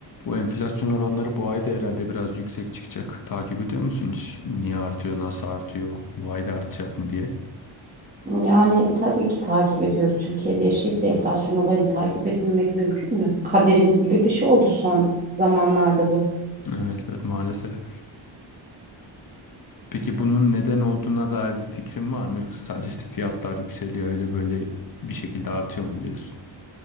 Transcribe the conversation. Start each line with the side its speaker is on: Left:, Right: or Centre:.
Left: Bu enflasyon oranları bu ay da herhalde biraz yüksek çıkacak. Takip ediyor musun hiç? Niye artıyor, nasıl artıyor, bu ay da artacak mı diye?
Right: Yani tabii ki takip ediyoruz. Türkiye'de yaşayıp da enflasyon olayını takip etmemek mümkün mü? Kaderimiz gibi bir şey oldu son zamanlarda bu.
Left: Evet evet maalesef. Peki bunun neden olduğuna dair bir fikrin var mı? Yoksa sadece işte fiyatlar yükseliyor öyle böyle bir şekilde artıyor mu diyorsun?